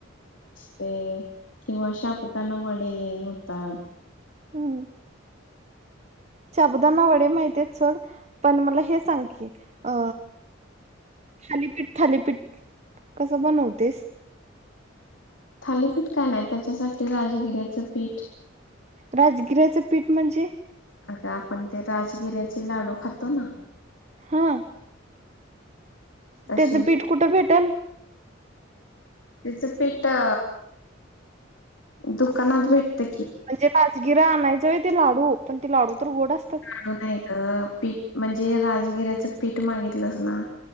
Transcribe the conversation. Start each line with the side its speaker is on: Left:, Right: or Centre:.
Left: ते किंवा शाबुदाना वडे होतात.
Right: हूं शाबुदाना वडे माहि तेचं सोड पण मला हे सांग की, अ थाली पीठ थालीपीठ कसं बनवतेस?
Left: थालीपीठ काय नाय त्याच्यासाठी राजगिऱ्याचं पीठ
Right: राजगिऱ्याचं पीठ म्हणजे?
Left: अग आपण ते राजगिऱ्याचे लाडू खातो ना
Right: हा
Left: तसे
Right: त्याचं पीठ कुठं भेटेल?
Left: त्याच पीठ अ दुकानात भेटतं की
Right: म्हणजे राजगिरा आणायच व्हय ते लाडू पण ती लाडू तर गोड अस
Left: लाडू नाय ग पीठ म्हणजे राजगिऱ्याचं पीठ मागितलंस ना